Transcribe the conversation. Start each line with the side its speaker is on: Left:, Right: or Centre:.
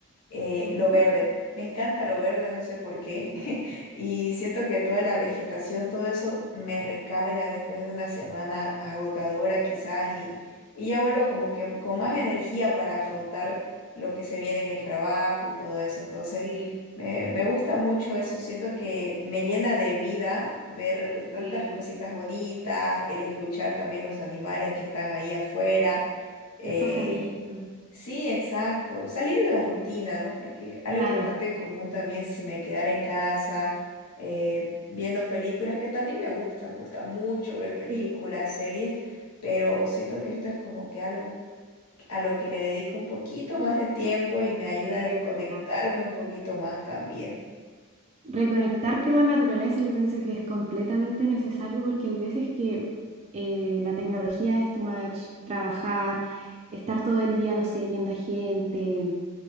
Left: eh,
Right: Ujú.
Left: lo verde. Me encanta lo verde, no sé por
Right: Sí,
Left: qué. <laughs> Y siento que toda la vegetación, todo eso me recarga después de una semana agotadora quizás y, y ya vuelvo como que con más energía para afrontar lo que se viene en el trabajo y todo eso. Entonces,
Right: sí,
Left: me, me gusta mucho eso. Siento que me llena de vida ver tantas
Right: sí.
Left: cositas bonitas, el escuchar también los animales que están ahí afuera. eh,
Right: Los pajaritos.
Left: Sí, exacto. Salir de la rutina, ¿no? Porque es algo
Right: Claro,
Left: bastante común también si me quedara en casa eh, viendo películas, que también me gusta, me gusta mucho ver películas,
Right: Sí.
Left: series, pero siento que esto es como que algo a lo que le dedico un poquito más de tiempo y me ayuda
Right: sí,
Left: a desconectarme
Right: es verdad.
Left: un poquito más también.
Right: Reconectar con la naturaleza yo pienso que es completamente necesario porque hay veces que eh, la tecnología es too much, trabajar, estar todo el día, no sé, viendo a gente